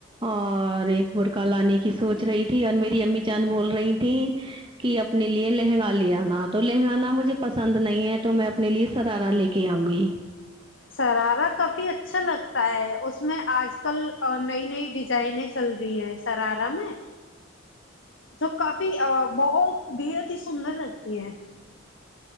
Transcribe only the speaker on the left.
شرارا کافی اچھا لگتا ہے اس میں آج کل نئی نئی ڈیزائنے چل رہی ہیں شرارا میں جو کافی بہت بےحد ہی سندر لگتی ہے